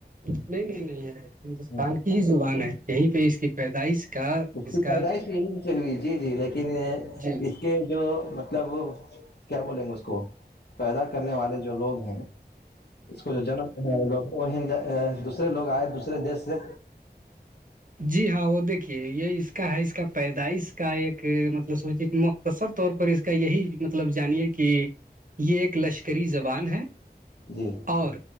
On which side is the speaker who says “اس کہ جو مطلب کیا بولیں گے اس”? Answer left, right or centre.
Left